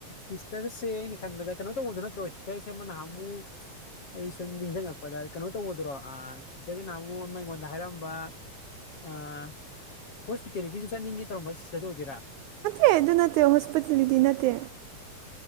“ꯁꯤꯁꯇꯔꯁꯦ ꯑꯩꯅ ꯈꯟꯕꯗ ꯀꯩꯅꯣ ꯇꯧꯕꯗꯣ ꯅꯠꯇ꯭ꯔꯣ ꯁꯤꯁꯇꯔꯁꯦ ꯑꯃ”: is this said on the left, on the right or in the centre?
Left